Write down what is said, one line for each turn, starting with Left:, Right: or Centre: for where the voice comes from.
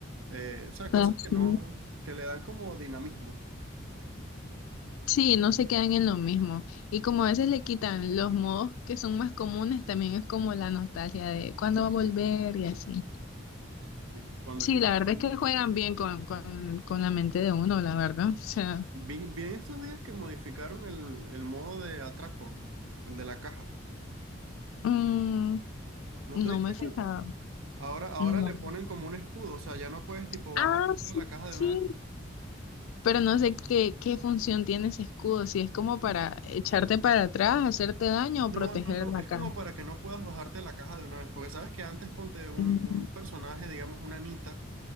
Right: Eh, o sea, cosas
Left: ah, Sí,
Right: que no, que le dan como dinamismo.
Left: Sí, no se quedan en lo mismo. Y como a veces le quitan los modos que son más comunes, también es como la nostalgia de cuándo va a volver y así.
Right: ¿sí? Cuando
Left: Sí,
Right: quitaron,
Left: la verdad es que juegan bien con, con, con la mente de uno, la verdad. O sea,
Right: vi, vi en estos días que modificaron el, el modo de atraco, el de la caja.
Left: mm,
Right: ¿No
Left: no
Right: te diste
Left: me he fijado.
Right: cuenta? Ahora, ahora
Left: No.
Right: le ponen como un escudo, o sea, ya no puedes tipo
Left: Ah,
Right: bajarte
Left: sí,
Right: de la caja de
Left: sí.
Right: una vez.
Left: Pero no sé qué, qué función tiene ese escudo, si es como para
Right: N-
Left: echarte para atrás, hacerte daño
Right: No,
Left: o proteger
Right: no, no,
Left: la
Right: es
Left: cara.
Right: como para que no puedas bajarte de la caja de una vez, porque sabes que antes ponte un,
Left: Mm,
Right: un personaje, digamos una Anita,